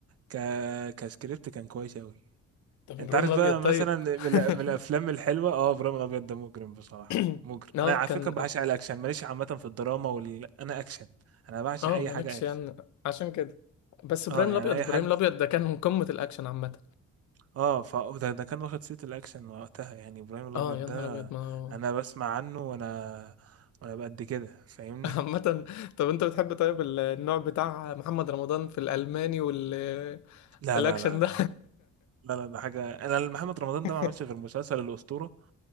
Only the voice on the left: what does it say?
طب
ابراهيم
الابيض
طيب
<clears throat>
<laughs>
اه
كان
اه
مالكش
يعني عشان كده بس ابراهيم
الابيض
ابراهيم
الابيض ده كان من قمة الاكشن عامة
اه يا
نهار ابيض ما هو
<laughs> عامة طب انت بتحب طيب ال- النوع بتاع محمد رمضان في الالماني والاكشن
ده
<laughs>